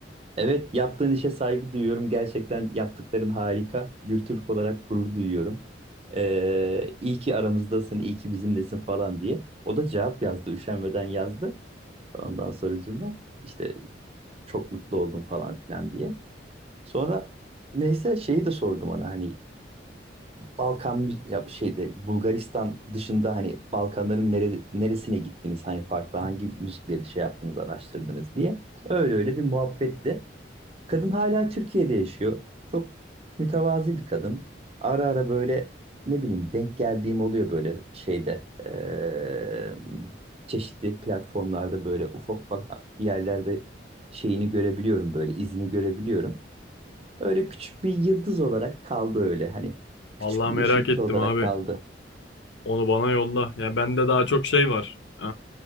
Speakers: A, on the right; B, on the left.
A: Evet, yaptığın işe saygı duyuyorum. Gerçekten yaptıkların harika. Bir Türk olarak gurur duyuyorum. Ee, iyi ki aramızdasın, iyi ki bizimlesin falan diye. O da cevap yazdı, üşenmeden yazdı. Ondan sonracığıma işte çok mutlu oldum falan filan diye. Sonra neyse şeyi de sordum ona hani Balkan mü- ya şeyde Bulgaristan dışında hani Balkanların nere- neresine gittiniz? Hani farklı hangi müzikleri şey yaptınız, araştırdınız diye. Öyle öyle bir muhabbetti. Kadın hala Türkiye'de yaşıyor. Çok mütevazi bir kadın. Ara ara böyle ne bileyim denk geldiğim oluyor böyle şeyde eee, çeşitli platformlarda böyle ufak ufak yerlerde şeyini görebiliyorum böyle izini görebiliyorum. Öyle küçük bir yıldız olarak kaldı öyle hani küçük
B: Vallahi
A: bir
B: merak
A: ışıltı
B: ettim
A: olarak
B: abi.
A: kaldı.
B: Onu bana yolla. Ya bende daha çok şey var. Ee,